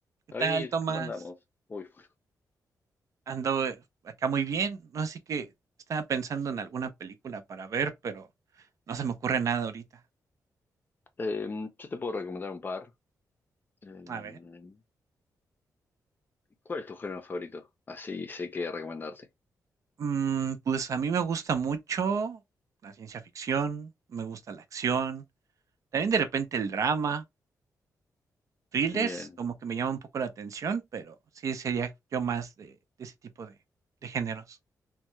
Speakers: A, on the right; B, on the left.
A: ¿Qué
B: David,
A: tal, Tomás?
B: ¿cómo andamos? Uy, uy.
A: Ando eh, acá muy bien, no así que estaba pensando en alguna película para ver, pero no se me ocurre nada ahorita.
B: Em, yo te puedo recomendar un par. Em,
A: A ver,
B: ¿cuál es tu género favorito? Así sé qué recomendarte.
A: mm, pues a mí me gusta mucho la ciencia ficción, me gusta la acción, también de repente el drama, thrillers,
B: Bien.
A: como que me llama un poco la atención, pero sí sería yo más de, de ese tipo de, de géneros.